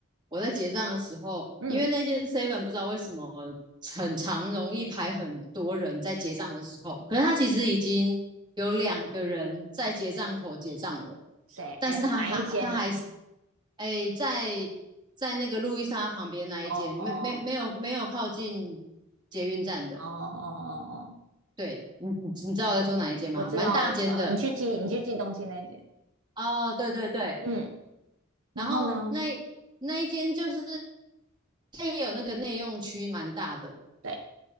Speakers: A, on the right; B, on the right.
A: 我在结账的时候，
B: 嗯，
A: 因为那间 Seven 不知道为什么很常容易排很多人在结账的时候，可是他其实已经有两个人在结账口结账了，
B: 谁？
A: 但是他还他还是
B: 哎，哪哪一间呐、啊
A: 哎在在那个路易莎旁边那一间，
B: 哦哦
A: 没没没有没有靠近捷运站的，
B: 哦哦哦哦，
A: 对你你你知道我在说哪一间吗？
B: 我知道，
A: 蛮大间的
B: 我知道，你去寄，你去寄东西那间。
A: 哦，对对对，
B: 嗯，
A: 然后那那一间就是
B: 然后呢？
A: 它也有那个内用区，蛮大的。
B: 对，